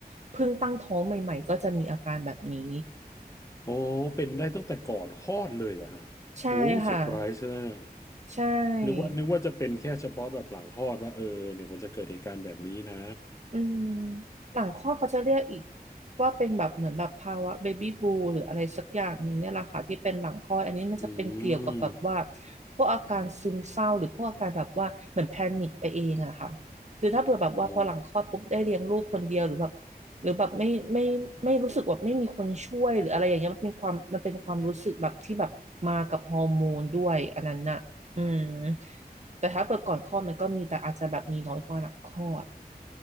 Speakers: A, on the right (about 45°); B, on the left (about 20°).
A: เพิ่งตั้งท้องใหม่ๆก็จะมีอาการแบบนี้
B: อ๋อเป็นได้ตั้งแต่ก่อนคลอดเลยเหรอฮะโอ้เซอร์ไพรส์นะเนี่ย
A: ใช่ค่ะใช่
B: นึกว่านึกว่าจะเป็นแค่เฉพาะแบบหลังคลอดว่าเออเนี่ยมันจะเกิดเหตุการณ์แบบนี้นะ
A: อืมหลังคลอดเขาจะเรียกอีกว่าเป็นแบบเหมือนแบบภาวะเบบี้บูหรืออะไรสักอย่างหนึ่งเนี่ยแหละค่ะที่เป็นหลังคลอดอันนี้มันจะเป็นเกี่ยวกับแบบว่า
B: อืม
A: พวกอาการซึมเศร้าหรือพวกอาการแบบว่าเหมือนแพนิคไปเองอะค่ะคือถ้าเผื่อแบบว่าพอหลังคลอดปุ๊บได้เลี้ยงลูกคนเดียวหรือแบบ
B: อ๋อ
A: หรือแบบไม่ไม่ไม่รู้สึกว่าไม่มีคนช่วยหรืออะไรอย่างเงี้ยมันเป็นความมันเป็นความรู้สึกแบบที่แบบมากับฮอร์โมนด้วยอันนั้นน่ะอืมแต่ถ้าเปิดก่อนคลอดมันก็มีแต่อาจจะแบบมีน้อยกว่าหลังคลอด